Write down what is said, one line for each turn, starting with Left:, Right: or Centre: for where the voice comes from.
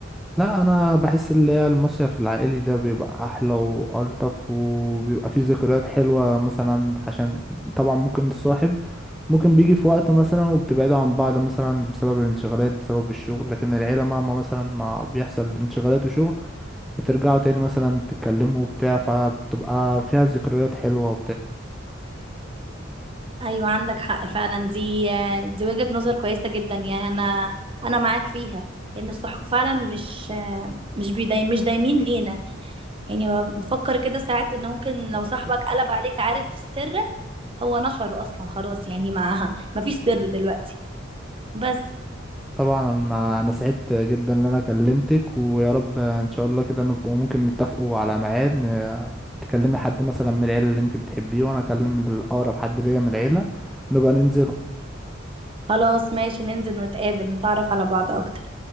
Centre: لا انا بحس اللي هي المصيف العائلي ده بيبقى احلى والطف وبيبقى فيه ذكريات حلوه مثلا عشان طبعا ممكن الصاحب ممكن بيجي في وقت مثلا وبتبعدوا عن بعض مثلا بسبب الانشغالات بسبب الشغل لكن العيله مهما مثلا ما بيحصل انشغالات وشغل بترجعوا تاني مثلا تتكلموا وبتاع فبتبقى فيها ذكريات حلوه
Right: ايوه عندك حق فعلا دي دي وجهة نظر كويسة جدا يعني انا انا معاك فيها ان الصحاب فعلا مش مش بيداي مش دايمين لينا يعني بفكر كده ساعات ان ممكن
Centre: وبتاع
Right: لو صاحبك قلب عليك عارف سرك هو نشره اصلا خلاص يعني مع مفيش سر دلوقتي بس
Centre: طبعا انا أنا سعدت جدا ان انا كلمتك ويا رب ان شاء الله كده نبقى ممكن نتفقوا على ميعاد ن- تكلمي حد مثلا من العيله اللي انت بتحبيه وانا اكلم الاقرب حد ليا من العيله نبقى ننزل
Right: خلاص ماشي ننزل نتقابل نتعرف على بعض اكتر